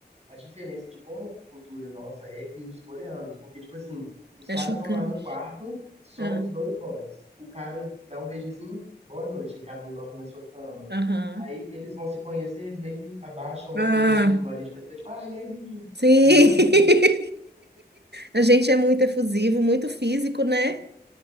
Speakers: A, on the right (about 40°); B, on the right (about 75°).
A: a diferença de como a cultura nossa é e dos coreanos. Porque, tipo assim, os
B: É
A: caras
B: chocante.
A: estão lá no quarto, só
B: Ah,
A: os dois boys. O cara dá um beijo assim, boa noite, e cada um dorme na sua cama.
B: aham.
A: Aí eles vão se conhecer, eles meio que abaixam assim,
B: Ah,
A: em vez de igual a gente brasileiro, tipo, ai, e aí,
B: Sim.
A: beijinho
B: <laughs>
A: aqui.
B: A gente é muito efusivo, muito físico, né?